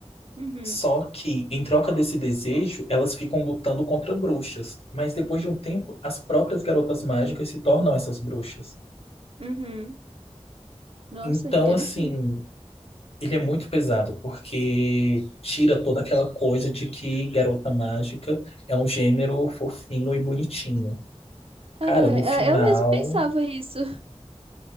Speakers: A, on the right; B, on the left.
A: Uhum.
B: Só que, em troca desse desejo, elas ficam lutando contra bruxas. Mas depois de um tempo, as próprias garotas mágicas se tornam essas bruxas.
A: Uhum. Nossa,
B: Então,
A: interessante.
B: assim, ele é muito pesado, porque tira toda aquela coisa de que garota mágica é um gênero fofinho e bonitinho. Cara,
A: É,
B: no final.
A: é, eu mesmo pensava isso.